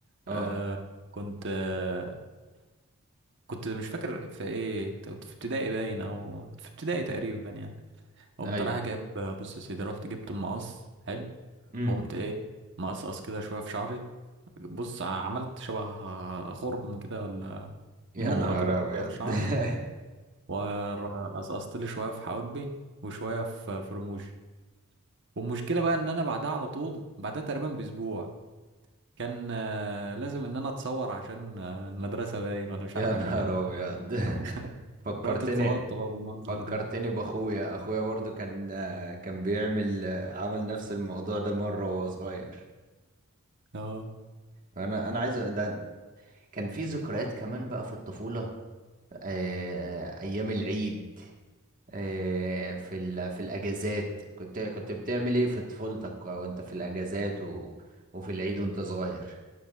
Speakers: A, on the right; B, on the right.
A: اه
B: آه كنت آه كنت مش فاكر في إيه كنت في ابتدائي باين أو كنت في ابتدائي تقريبا يعني قمت
A: ايوه
B: رايح جايب بص يا سيدي رحت جبت المقص حلو
A: امم
B: قمت ايه مقصقص كده شويه في شعري بص عملت شبه غرم كده ولا
A: يا
B: نقره
A: نهار
B: كده
A: ابيض
B: في شعري
A: <laughs>
B: وقصقصت لي شويه في حواجبي وشويه في في رموشي والمشكله بقى ان انا بعدها على طول بعدها تقريبا باسبوع كان آه، لازم ان انا اتصور عشان آه، المدرسه باين ولا مش
A: يا
B: عارف
A: نهار
B: عشان ايه
A: ابيض
B: <laughs>
A: <laughs> فكرتني
B: رحت اتصورت بقى بالمنظر
A: فكرتني
B: ده
A: باخويا اخويا برضه كان كان بيعمل عمل نفس الموضوع ده مره وهو صغير
B: اه
A: انا انا عايز أ- ده كان في ذكريات كمان بقى في الطفوله آه، آه، ايام العيد آه، في ال... في الاجازات كنت كنت بتعمل ايه في طفولتك وانت في الاجازات و... وفي العيد وانت صغير